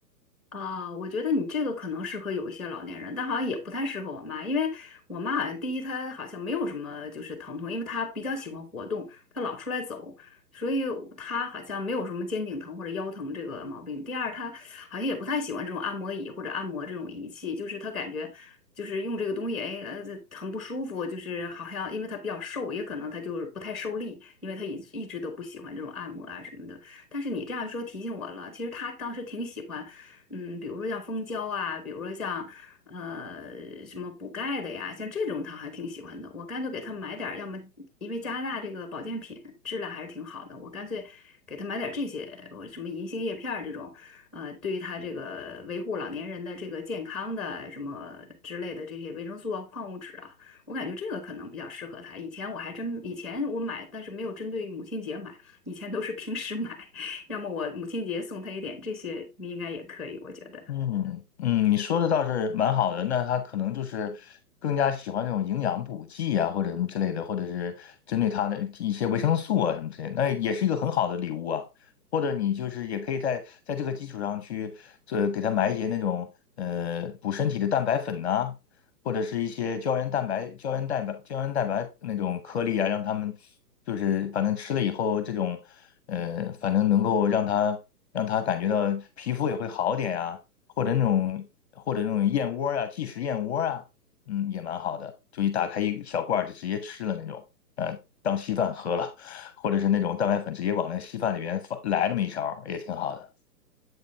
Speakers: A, in the centre; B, on the left.
A: 啊，我觉得你这个可能适合有一些老年人，但好像也不太适合我妈，因为我妈好像第一她好像没有什么就是疼痛，因为她比较喜欢活动，她老出来走，所以她好像没有什么肩颈疼或者腰疼这个毛病。第二，她好像也不太喜欢这种按摩椅或者按摩这种仪器，就是她感觉就是用这个东西，哎，呃，这很不舒服，就是好像因为她比较瘦，也可能她就是不太受力，因为她一一直都不喜欢这种按摩啊什么的。但是你这样说提醒我了，其实她当时挺喜欢。嗯，比如说像蜂胶啊，比如说像呃什么补钙的呀，像这种他还挺喜欢的。我干脆给他买点儿，要么因为加拿大这个保健品质量还是挺好的，我干脆给他买点儿这些，我什么银杏叶片儿这种，呃，对于他这个维护老年人的这个健康的什么之类的这些维生素啊、矿物质啊，我感觉这个可能比较适合他。以前我还真，以前我买，但是没有针对母亲节买，以前都是平时买。要么我母亲节送她一点这些，你应该也可以，我觉得。
B: 嗯嗯，你说的倒是蛮好的。那他可能就是更加喜欢这种营养补剂啊，或者什么之类的，或者是针对他的一些维生素啊什么之类的那也是一个很好的礼物啊。或者你就是也可以在在这个基础上去，呃，给他买一些那种呃补身体的蛋白粉呐、或者是一些胶原蛋白、胶原蛋白、胶原蛋白那种颗粒啊，让他们就是反正吃了以后，这种呃，反正能够让他让他感觉到皮肤也会好点呀、或者那种或者那种燕窝啊，即食燕窝啊，嗯，也蛮好的，就一打开一小罐儿就直接吃了那种，呃，当稀饭喝了，或者是那种蛋白粉直接往那稀饭里边放来那么一勺儿也挺好的。